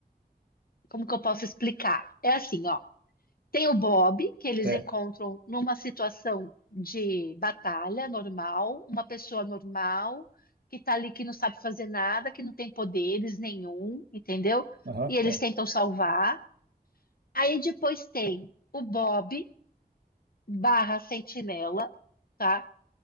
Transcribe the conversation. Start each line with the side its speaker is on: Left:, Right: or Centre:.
Left: como que eu posso explicar? É assim, ó. Tem o Bob, que eles
Right: É.
Left: encontram numa situação de batalha normal, uma pessoa normal que tá ali que não sabe fazer nada, que não tem poderes nenhum, entendeu?
Right: Aham.
Left: E eles
Right: é.
Left: tentam salvar. Aí depois tem o Bob barra Sentinela, tá?